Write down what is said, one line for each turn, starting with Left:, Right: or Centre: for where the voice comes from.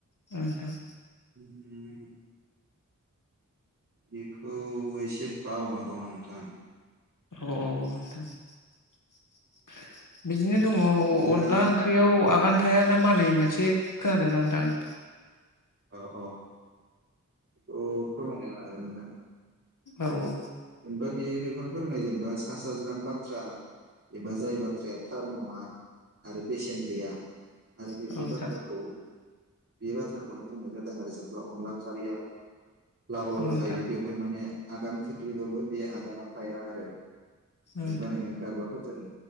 Left: ओ नोंथां‌
Right: उम। बेखौ एसे बावना दं आं नोंथां।
Left: अ नोंथां। <inaudible> बिदिनो दंङ अनला
Right: नोंथाङा
Left: ओंख्रियाव आगान। थाया ना मा होननाय मोनसे खोनादोंमोनना नोंथां।
Right: औ औ बेखौ फोरमायना लाागोन नोंथां।
Left: औ औ।
Right: जेनबा बियो बेखौनो फोर। फोरमायो जेनेबा सा साज्रां बाथ्रा एबा जाय बाथ्राया थार नंङा। आरो बेसेन गैया आरो
Left: औ
Right: बिब्दि
Left: नोंथां
Right: बाथ्राखौ। बे बाथ्राखौनो बुंनाय जादों आरो जेनेबा अनला खारैया। लाव लावखायनो
Left: औ नोंथां
Right: बेवहाय माने आगान खोख्लैबाबो बे आगाना थाया आरो। जेनेबा
Left: औ
Right: नोंङो गारबाफोरजों